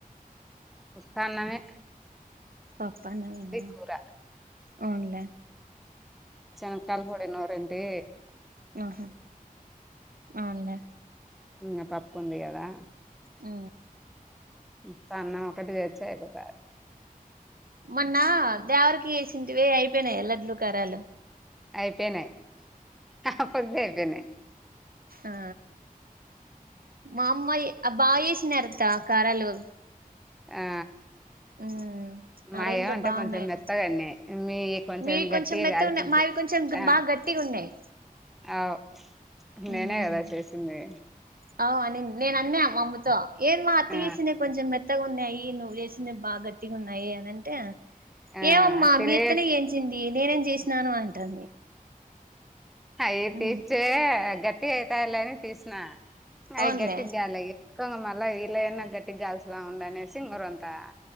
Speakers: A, in the centre; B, on the right.
A: ఉత్తన్నమే
B: పాప్పన్నమేనా
A: కూర
B: అవునులే
A: చానం తల్ పొడి నూరంటే
B: ఆహా అవునులే
A: ఇంగ పప్పుంది కదా
B: ఊ
A: ఉత్త అన్నం ఒకటి తెచ్చి అయిపోతాది
B: మొన్న దేవరికి ఏసింటివే అయిపోయినయ లడ్లు కరాలు
A: అయిపోయినయ్ అప్పటికే అయిపోయినయ్
B: ఆ మామ్మయ్ ఆ బాగ ఏసినారత్త కారాలు
A: ఆ
B: ఉమ్
A: మా
B: నరేంద్ర
A: ఏమంటే
B: బాగున్నాయి
A: కొంచెం మెత్తగన్నయ్ మీయే కొంచెం
B: మీవి
A: గట్టిగ
B: మెత్తగా
A: గాలిచింది
B: ఉన్నాయి మావి కొంచెం
A: ఆ
B: బాగా గట్టిగా ఉన్నాయి
A: అవ్ నేనే
B: ఉమ్
A: కదా చేసింది
B: అవు అని నేనన్నా మా అమ్మతో ఏం మా అత్త
A: ఆ
B: చేసినయే కొంచెం మెత్తగా ఉన్నాయి నువ్వు చేస్ ది బా గట్టిగా ఉన్నాయి అనింటే
A: ఆ
B: ఏమమ్మా
A: తిరిగే
B: మీ అత్తనే చెయిన్ చ్చింది ఇదే నేను చేసినాను అంటుంది
A: అయి తీచే
B: ఉమ్
A: గట్టిగ అయితాల్లని తీసినా అయి
B: అవునులే
A: గట్టిగ్గాల్లే మళ్ళా వీల్లయన్న గట్టిగ్గాల్సదా ముండనేసి ఇంగ రొండ్ తా